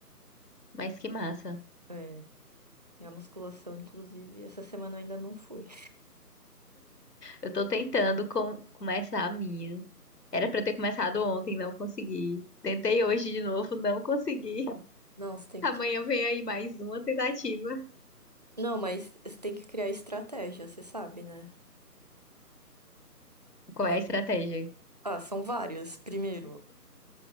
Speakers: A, on the left; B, on the right.
A: mas que massa.
B: É, e a musculação, inclusive, essa semana eu ainda não fui.
A: Eu tô tentando com- começar a minha. Era pra eu ter começado ontem, não consegui. Tentei hoje de novo, não consegui. <laughs>
B: Não, você tem
A: Amanhã
B: que.
A: vem aí mais uma tentativa.
B: Não, mas você tem que criar estratégia, você sabe, né?
A: Qual
B: As-
A: é a estratégia?
B: Ah, são várias. Primeiro,